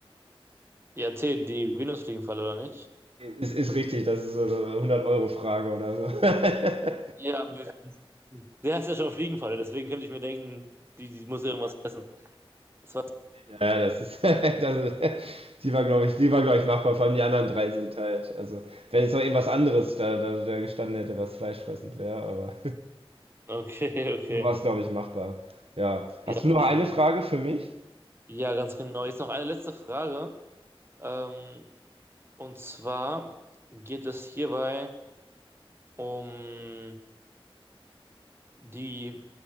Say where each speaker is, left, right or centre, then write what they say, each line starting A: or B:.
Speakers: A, on the right; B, on the right.
A: Ja, T, die Venusfliegenfalle, oder nicht?
B: Ist, ist richtig, das ist so eine 100-Euro-Frage oder so. <laughs>
A: Ja, aber der ist ja schon Fliegenfalle, deswegen könnte ich mir denken, die, die muss ja irgendwas essen. Das war's.
B: Ja, das ist, <laughs> das die war, glaube ich, die war, glaube ich, machbar. Vor allem die anderen drei sind halt, also, wenn jetzt noch irgendwas anderes da, da, da gestanden hätte, was fleischfressend wäre, aber
A: Okay,
B: <laughs>
A: okay.
B: so war es, glaube ich, machbar. Ja.
A: Ja,
B: Hast du noch
A: definitiv.
B: eine Frage für mich?
A: Ja, ganz genau. Jetzt noch eine letzte Frage. Ähm, und zwar geht es hierbei um die,